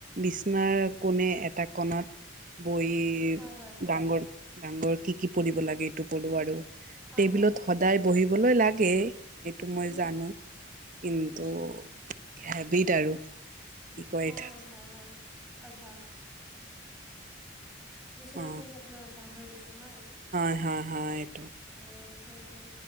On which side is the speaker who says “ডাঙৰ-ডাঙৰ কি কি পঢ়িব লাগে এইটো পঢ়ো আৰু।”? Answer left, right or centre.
Right